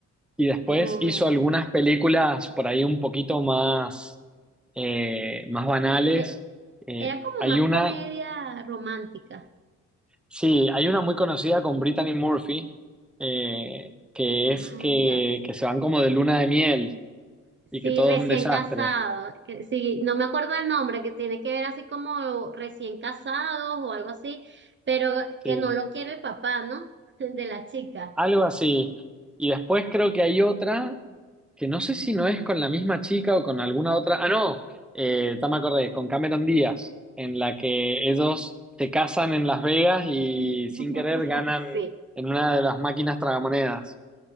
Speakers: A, in the centre; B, on the right.
A: y después
B: como me,
A: hizo algunas películas por ahí un poquito más, eh, más banales.
B: eh,
A: Eh,
B: era como
A: hay
B: más
A: una,
B: comedia romántica.
A: sí, hay una muy conocida con Brittany Murphy, eh, que
B: Ah,
A: es que,
B: ya.
A: que se van como de luna de miel y
B: Sí,
A: que todo
B: recién
A: es un desastre.
B: casado. que- Sí, no me acuerdo el nombre, que tiene que ver así como recién casados o algo así, pero que
A: Sí,
B: no lo quiere el papá, ¿no? <laughs> De la chica.
A: algo así. Y después creo que hay otra que no sé si no es con la misma chica o con alguna otra. Ah, no, eh, ya me acordé, con Cameron Díaz, en la que ellos se casan en Las Vegas y sin
B: <laughs>
A: querer ganan
B: Sí,
A: en una de las máquinas tragamonedas.